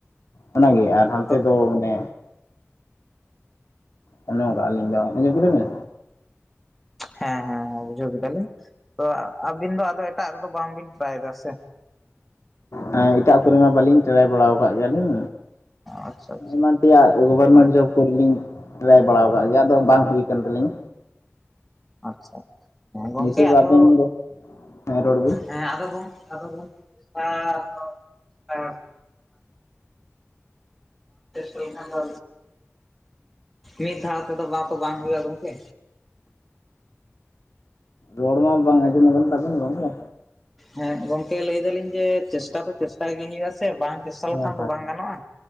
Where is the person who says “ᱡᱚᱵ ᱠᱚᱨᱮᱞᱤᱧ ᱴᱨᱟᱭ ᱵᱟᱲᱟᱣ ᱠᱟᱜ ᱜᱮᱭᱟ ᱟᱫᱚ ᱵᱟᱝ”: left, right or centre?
Left